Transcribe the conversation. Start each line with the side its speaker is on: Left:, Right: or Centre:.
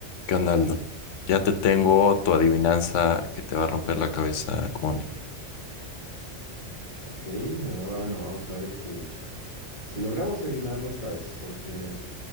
Left: ¿Qué onda, Aldo? Ya te tengo
Right: Eh,
Left: tu adivinanza que te va a romper la cabeza como a mí.
Right: ok, eh, bueno, vamos a ver si, si logramos adivinarlo esta vez, porque